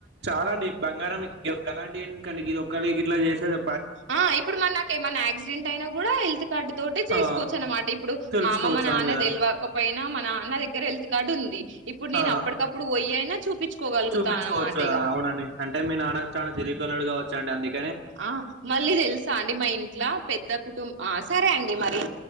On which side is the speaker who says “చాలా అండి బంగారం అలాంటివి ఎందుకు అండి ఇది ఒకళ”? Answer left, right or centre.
Right